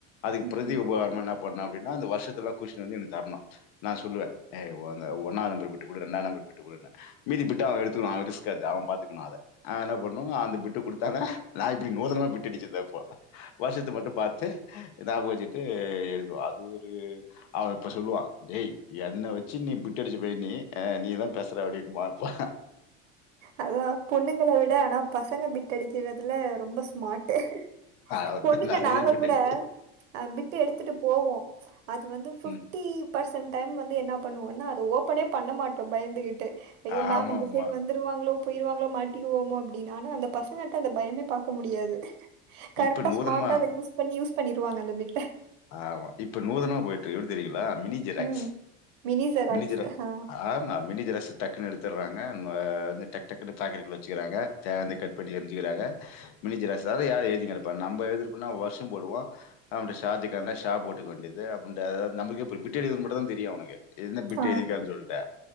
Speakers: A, on the left; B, on the right.
A: அதுக்கு
B: ம்ஹ்ம்.
A: பிரதி உபகாரமா என்ன பண்ணு அப்டின்னா அந்த வருஷத்துல்லா குஷ்னு வந்து எனக்கு தர்ணு நா சொல்லுவ ஏய் ஒ அந்த ஒன்னா நம்பர் விட்டு குடு ரெண்டா நம்பர் விட்டு குடுன்னு மீதி பிட்டா அவ எடுத்துக்களா ஆனா ரிஸ்க் அது அவ பாத்துக்கணு அத ஆனா என்ன பண்ணு அந்த பிட்டு குடுத்தாதா நா இப்டி நூதனமா பிட்டு அடுச்சது அப்போ வருஷத்த மட்டு பாத்து ஞாபகோ வெச்சுட்டு எழுதுவோ அது ஒரு அவ இப்ப சொல்லுவா டேய் என்ன வெ சின்னி பிட் அடுச்சு போயிர் நீ அ நீதாம் பேசுற அப்டின்பா அப்போ
B: அதா பொண்ணுங்கல விட ஆனா பசங்க பிட்டடிக்கிறதுல ரொம்பஸ் மாட்டு
A: அவன்
B: பொண்ணுங்க
A: நெறைய
B: நாங்க
A: பிட்
B: கூட
A: அடி
B: அ பிட்டு எடுத்துட்டு போவோ அது வந்து பிஃப்டி
A: ம்.
B: பர்சன் டைம் வந்து என்ன பண்ணுவோனா அது ஓப்பனே பண்ண மாட்டோ பயந்துகிட்டு ஐயோ
A: ஆமாமா.
B: மேம் இந்த சைடு வந்து வருவாங்களோ போயிருவாங்களோ மாட்டிக்குவோமோ அப்டின்னு ஆனா அந்த பசங்கிட்ட அந்த பயமே பாக்க முடியாது கரெக்டா
A: இப்ப நூதனமா
B: ஸ்மாடா அத யூஸ் பண்ணி யூஸ் பண்ணிருவாங்க அந்த பிட்ட
A: ஆமா இப்ப நூதனமா போயிட்டுக்கு எப்டி தெரியுங்களா மினி ஜெராக்ஸ்
B: ம். xerox.
A: Mini ஜெராக்
B: ஆ.
A: ஆமா மினி ஜெராஸ்ஸு டக்குனு எடுத்துறாங்க வந்து டக் டக்குனு பேக்கெட்டுக்குள்ள வெச்சுக்குறாங்க தேவ வந்தா கட் பண்ணி எருஞ்சுக்குறாங்க மினி ஜெராக்ஸ் அத யார எழுதின் கெடப்பா நம்ப எழுதிட்போனா வருஷம் போடுவோ நம்முடைய ஷாதிக் ட்டாந்தா ஷா போட்டுக்க வேண்டிது அப்புன்டு நமக்கு எப்புடி பிட்டு அடிக்குறது மட்டுந்தா தெரியு உனக்கு என்ன பிட்டு
B: ஆ.
A: எழுதிருக்கான் சொல்ட்ட